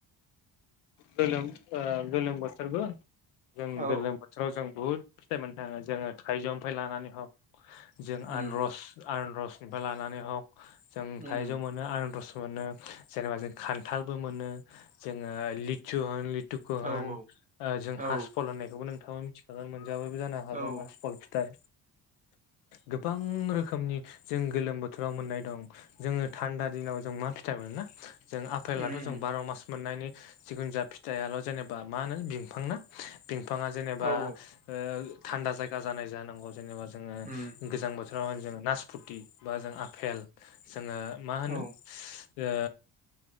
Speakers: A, on the left (about 85°); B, on the right (about 15°).
A: गोलोम ओ गोलोम बोथोरबो जों
B: औ
A: गोलोम बोथोर <unintelligible> जों बुहुत फिथाइ मोननो थाङो जोङो थाइजौनिफ्राय लानानै हक जों
B: उम
A: आनरस आनरसनिफ्राय लानानै हक जों
B: उम
A: थाइजौ मोनो आनरस मोनो जेनेबा जों खान्थालबो मोनो जोङो लिथु होन दुखु
B: औ
A: होन ओ जों
B: औ
A: हास फल होननायखौबो नोंथाङा मिथिखागोन मोनजाबायबो जानो हागोन
B: औ औ
A: आसफल फिथाइ गोबां रोखोमनि जों गोलोम बोथोराव मोननाय दं जोङो थान्दा दिनाव जों मा फिथाइ मोनोना जों आफेलाथ'
B: उम उम
A: जों बार' मास मोननायनि जिखुनु ज फिथाइल' जेनेबा मा होनो बिफां ना बिंफाङा जेनेबा
B: औ औ
A: ओ थान्दा जायगा जानाय जानांगौ जेनेबा जोङो
B: उम
A: गोजां बोथोराव जोङो नासपुथि बा जों आफेल जोङो मा होनो
B: औ
A: ओ